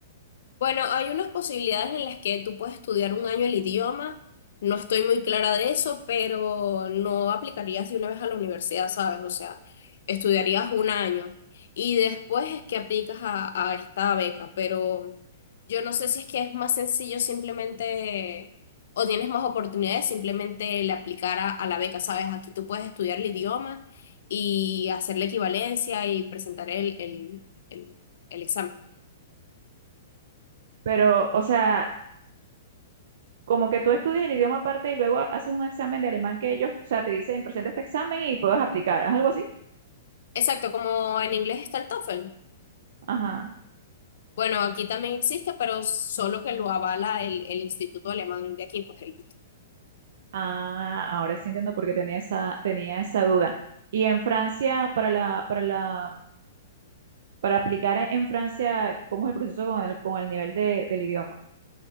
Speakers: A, on the left; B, on the right.
A: Bueno, hay unas posibilidades en las que tú puedes estudiar un año el idioma. No estoy muy clara de eso, pero no aplicarías de una vez a la universidad, ¿sabes? O sea, estudiarías un año y después es que aplicas a, a esta beca, pero yo no sé si es que es más sencillo simplemente o tienes más oportunidades simplemente el aplicar a, a la beca, ¿sabes? Aquí tú puedes estudiar el idioma y hacer la equivalencia y presentar el, el el- el examen.
B: Pero, o sea, como que tú estudias el idioma aparte y luego haces un examen de alemán que ellos, o sea, te dicen, presenta este examen y puedes aplicar, ¿es algo así?
A: Exacto, como en inglés está el TOEFL.
B: Ajá.
A: Bueno, aquí también existe, pero solo que lo avala el, el Instituto Alemán de aquí, pues el-
B: Ah, ahora sí entiendo por qué tenía esa, tenía esa duda. Y en Francia, para la, para la, para aplicar e, en Francia, ¿cómo es el proceso con el, con el nivel de, del idioma?